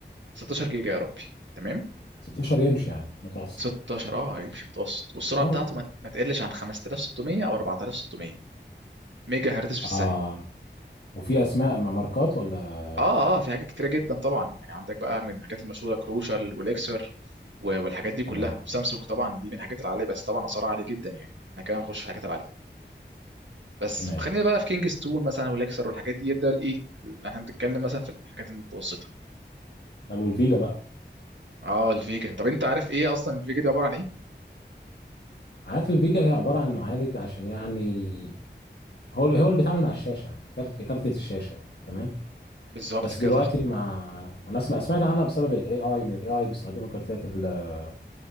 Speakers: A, on the right; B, on the left.
A: 16 جيجا يا ربي تمام
B: 16 يمشي يعني متوسط
A: 16 اه هيمشي متوسط والسرعه
B: طب
A: بتاعته ما, ما تقلش عن 5600 او 4600 ميجا هرتز في
B: اه
A: الثانيه
B: وفي اسماء م- ماركات ولا
A: اه اه في حاجات كتيره جدا طبعا يعني عندك بقى من الحاجات المشهوره كروشال والاكسر و- والحاجات دي
B: تمام
A: كلها وسامسونج طبعا دي من الحاجات العاليه بس طبعا اسعارها عاليه جدا يعني احنا كده هنخش في الحاجات العاليه بس
B: تمام
A: خلينا بقى في كينجستون مثلا والاكسر والحاجات دي ده الايه اللي احنا بنتكلم مثلا في الحاجات المتوسطه
B: طب والفيجا بقى
A: اه الفيجا طب انت عارف ايه اصلا الفيجا دي عباره عن ايه
B: عارف الفيجا هي عبارة عن معالج عشان يعني هو هو اللي بيتعامل مع الشاشة كارت كارتة الشاشة تمام
A: بالظبط
B: بس
A: كده
B: دلوقتي
A: صح
B: مع انا اسمع سمعت عنها بسبب الاي اي ان الاي اي بيستخدموا كارتات ال-